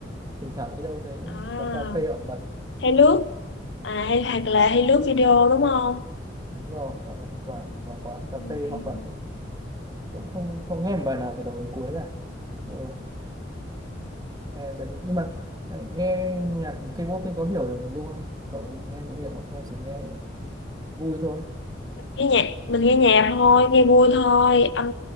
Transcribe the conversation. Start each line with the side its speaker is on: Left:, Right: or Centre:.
Right: thỉnh thoảng đi đâu thấy
Left: À,
Right: quán cà phê họ bật
Left: hay lướt à hay hoặc
Right: Ừ.
Left: là hay lướt video đúng không?
Right: đúng rồi họ còn thỉnh thoảng vào quán cà
Left: Ừ.
Right: phê họ bật ấy. cũng không không nghe một bài nào từ đầu đến cuối cả Ừ, nghe giai điệu nhưng mà ờ, nghe nhạc K-pop thì có hiểu được một chút không cậu nghe có hiểu không hay chỉ nghe vui thôi
Left: Mình nghe nhạc, mình nghe nhạc thôi, nghe vui thôi, âm